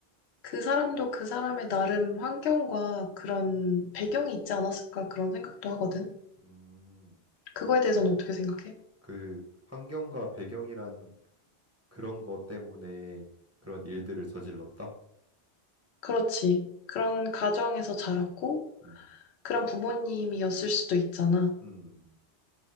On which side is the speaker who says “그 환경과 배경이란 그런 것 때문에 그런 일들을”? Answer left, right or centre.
Right